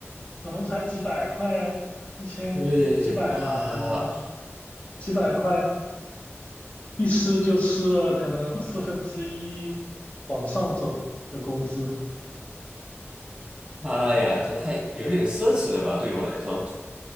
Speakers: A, on the left; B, on the right.
A: 可能才几百块，一千几百吧，
B: 对，哇，
A: 可能几百块，一吃就吃了可能四分之一往上走的工资。
B: 妈呀，这太有一点奢侈了吧，对于我来说。